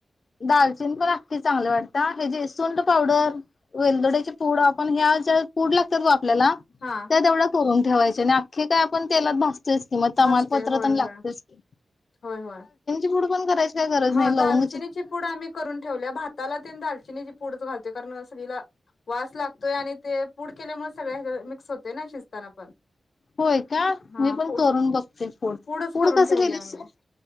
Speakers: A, on the left; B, on the left.
A: दालचीन पण आख्खी चांगले वाटत हे जे सूठं पावडर वेलदोड्याचे पूड आपण ह्या ज्या पूड लाग लागतात बगा आपल्याला
B: हा
A: त्या तेवढं करून ठेवायचे आणि आख्खे काय आपण तेलात भाजतो तोयच की मग तमालपत्र
B: भाजते होय
A: पण
B: होय
A: लागतेच की
B: होय होय.
A: पुड पण करायचं. काय गरज
B: हा
A: नाही लवगं.
B: दालचिनीची पूड आम्ही करून ठेवल्या भाताला तेन दालचीन. दालचीनीची पूडच घालतोय कारण सगळीला वास लागतोय आणि ते पूड केल्यामुळे सगळ्या मिक्स होतय ना शिजताना पण.
A: होय का
B: हा
A: मी पण
B: पू
A: करून बघते पुड
B: पूडच
A: पुड
B: करून
A: कस
B: ठेवले
A: केलीस
B: आम्ही
A: मग.